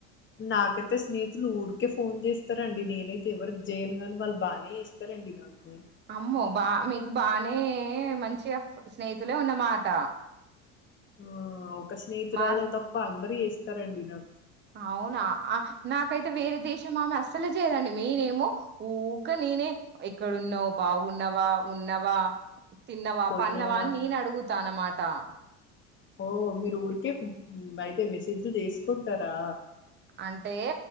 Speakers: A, on the left; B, on the right.
A: నాకైతే స్నేహితులు ఊరికే ఫోన్ చేస్తారండి నేనైతే ఎవరికి చేయన్ కాని వాళ్ళు బానే చేస్తరండి నాకు
B: అమ్మో బా మీకు బానే మంచిగా స్నేహితులే ఉన్నమాట
A: హ్మ్ ఒక స్నేహితురాలు
B: మా
A: తప్ప అందరూ చేస్ రండిరా
B: అవునా ఆ నా అయితే వేరే దేశం ఆమె అస్సలే చేయదండి మెయిన్ ఏమో ఊక నేనే ఎక్కడున్నావ్ బాగున్నావా ఉన్నవా తిన్నవా
A: పోయినావా
B: పన్నవా అని నేను అడుగుతాన్నమా టా
A: ఓ మీరు ఊరికే అయితే మెసేజ్లు చేసుకుంటారా
B: అంటే